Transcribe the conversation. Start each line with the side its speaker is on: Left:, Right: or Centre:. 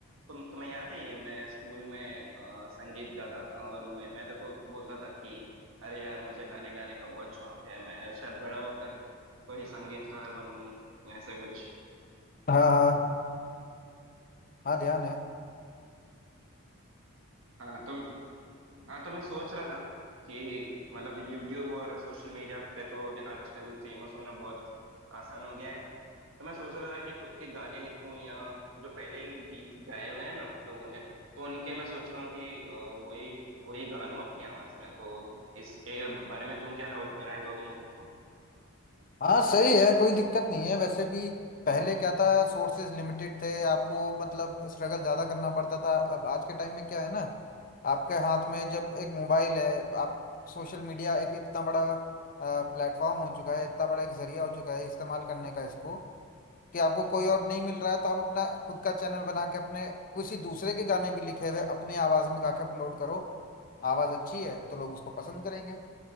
Right: तुम तुम्हें याद है ये मैं स्कूल में अ, संगीत गाता था और मैं मैं तेरे को बोलता था कि अरे यार मुझे गाने गाने का बहुत शौक है मैं शायद बड़ा होकर कोई संगीतकार बनूं ऐसा कुछ
Left: हाँ हाँ हाँ ध्यान है
Right: हाँ तुम हाँ तो मैं सोच रहा था कि मतलब यूट्यूब और सोशल मीडिया पे तो अभी आजकल फेमस होना बहुत आसान हो गया है तो मैं सोच रहा था कि खुद के गाने लिखूं या जो पहले ही गीत गाए हुए हैं ना लोगों ने तो उनके मैं सोच रहा हूँ कि अ, वही वही गा लूं अपनी आवाज में तो इसके बारे में तुम क्या राव- राय दोगे मेरे को
Left: हाँ सही है कोई दिक्कत नहीं है वैसे भी पहले क्या था सोर्सेज लिमिटेड थे आपको मतलब स्ट्रगल ज़्यादा करना पड़ता था अब आज के टाइम में क्या है ना आपके हाथ में जब एक मोबाइल है आप सोशल मीडिया एक इतना बड़ा प्लेटफॉर्म हो चुका है इतना बड़ा एक जरिया हो चुका है इस्तेमाल करने का इसको कि आपको कोई और नहीं मिल रहा है तो आप अपना खुद का चैनल बना के अपने किसी दूसरे के गाने भी लिखे हुए अपने आवाज़ में गा के अपलोड करो आवाज़ अच्छी है तो लोग उसको पसंद करेंगे